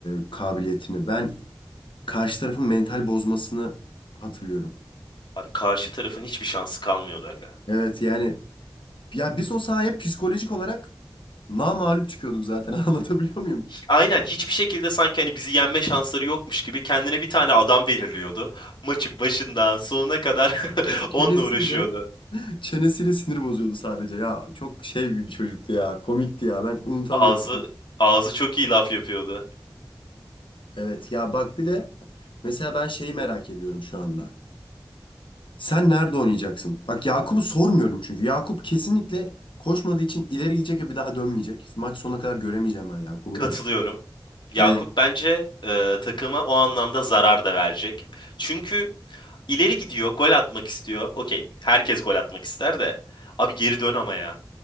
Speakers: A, on the left; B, on the left.
A: e, kabiliyetini. Ben karşı tarafın mental bozmasını hatırlıyorum.
B: Abi karşı tarafın hiçbir şansı kalmıyordu aga.
A: Evet yani ya biz o sahaya psikolojik olarak namağlup çıkıyorduk zaten <laughs> anlatabiliyor muyum?
B: Aynen hiçbir şekilde sanki hani bizi yenme şansları yokmuş gibi kendine bir tane adam belirliyordu. Maçın başından sonuna kadar <laughs>
A: Çenesiyle
B: onunla uğraşıyordu.
A: çenesiyle sinir bozuyordu sadece. Ya çok şey bir çocuktu ya. Komikti ya. Ben unutamıyorum.
B: Ağzı ağzı çok iyi laf yapıyordu.
A: Evet ya bak bir de mesela ben şeyi merak ediyorum şu anda. Sen nerede oynayacaksın? Bak Yakup'u sormuyorum çünkü. Yakup kesinlikle koşmadığı için ileri gidecek ve bir daha dönmeyecek. Maç sonuna kadar göremeyeceğim ben Yakup'u.
B: Katılıyorum. Yakup
A: Evet,
B: bence e, takıma o anlamda zarar da verecek. Çünkü ileri gidiyor, gol atmak istiyor. Okey, herkes gol atmak ister de. Abi geri dön ama ya.